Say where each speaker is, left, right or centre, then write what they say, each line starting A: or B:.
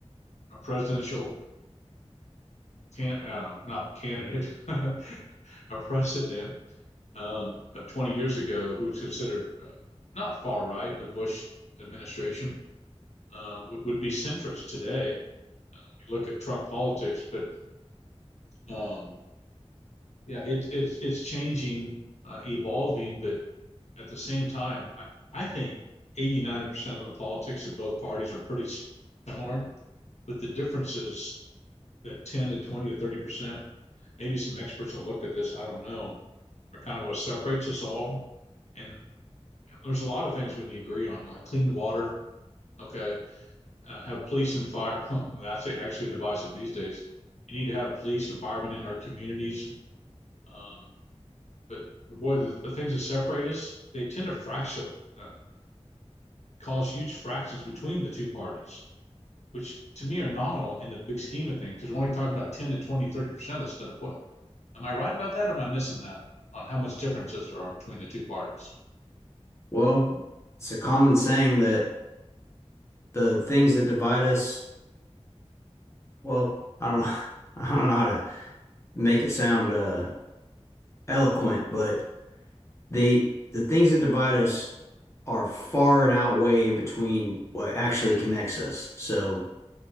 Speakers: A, on the left (about 80°); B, on the left (about 25°).
A: a presidential can, uh, not candidate, <laughs> a precedent um, of 20 years ago who's considered uh, not far right, the Bush administration, uh, would, would be centrist today uh, when you look at Trump politics. But um, yeah, it, it's it's changing, uh, evolving, but at the same time, I, I think 80, ninety percent of the politics of both parties are pretty similar, but the differences that 10 to 20 to 30%, maybe some experts will look at this, I don't know, are kind of what separates us all. And there's a lot of things we need to agree on, like clean water, okay? uh, have police and fire. <laughs> Oh, that's actually divisive these days. You need to have police and firemen in our communities. Um, but, but boy, the, the, things that separate us, they tend to fracture, uh, cause huge fractions between the two parties, which to me are nominal in the big scheme of things. Because we're only talking about 10 to twenty, thirty percent of stuff. What? Am I right about that? Or am I missing that on how much differences there are between the two parties?
B: Well, it's a common saying that the things that divide us, well, I don't <laughs> I don't know how to make it sound uh eloquent, but they the things that divide us are far and outweigh in between what actually connects us. So